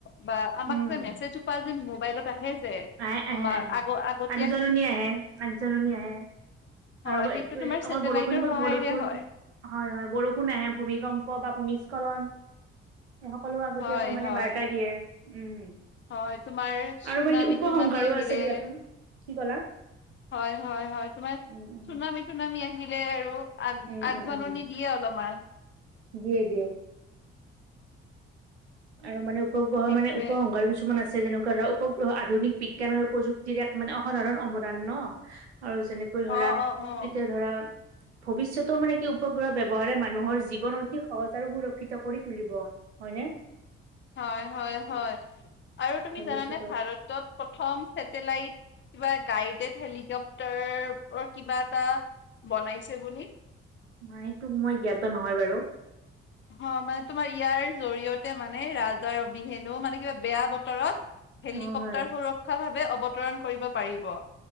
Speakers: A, on the left; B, on the right.
A: বা আমাক
B: উম
A: যে মেছেজো পোৱা যে মোবাইলত আহে যে
B: আহে
A: তোমাৰ
B: আহে আহে
A: আগ আগত।
B: আগজাননী আহে আগজননী আহে।
A: হয়
B: আৰু
A: সেইটো তোমাৰ
B: অকল
A: ছেটেলাইটৰ
B: বৰষুণ
A: সহায়েৰে
B: বৰষুণ।
A: হয়
B: হয় হয় বৰষুণ আহে ভূমিকম্প বা। ভূমিস্খলন স সকলো আগতীয়াকৈ
A: হয়
B: মানে
A: হয়
B: বাৰ্তা দিয়ে। উম
A: হয়, তোমাৰ চুনামী
B: আৰু মানে কি উপসংহাৰো
A: ছুনামি আহিলে,
B: আছে দিয়াচোন কি ক'লা
A: হয়-হয়-হয়। তোমাৰ
B: উম উম
A: ছুনামি টুনা মি আহিলে আৰু আগ
B: উম
A: আগজাননী
B: উম উম
A: দিয়ে অলপমান।
B: দিয়ে, দিয়ে। আৰু মানে উপগ্ৰহৰ
A: সেইটোৱে
B: মানে উপসংহাৰ কিছুমান আছে। যেনেকুৱা ধৰা উপগ্ৰহ আধুনিক বিজ্ঞান আৰু প্ৰযুক্তিৰ এক মানে অসাধাৰণ অপদান ন। আৰু যেনেকৈ
A: অ
B: ধৰা
A: অ অ
B: এতিয়া ধৰা। ভৱিষ্যতেও মানে কি উপগ্ৰহ ব্যৱহাৰে মানুহৰ জীৱন অতি সহজ আৰু সুৰক্ষিত কৰি তুলিব। হয়নে।
A: হয় হয় হয় আৰু তুমি
B: ভৱিষ্যতেও
A: জানানে ভাৰতত প্ৰথম। লট কিবা গাইডেড হেলিকপটাৰ কিবা এটা বনাইছে বুলি।
B: মাই তোক মই জ্ঞাত নহয় বাৰু
A: অঁ মানে তোমাৰ ইয়াৰ জৰিয়তে মানে ৰাজাৰ অবিহেনো মানে কিবা বেয়া বতৰত হেলিকপ্টাৰ
B: অ হয়
A: সুৰক্ষাভাৱে অৱতৰণ কৰিব পাৰিব।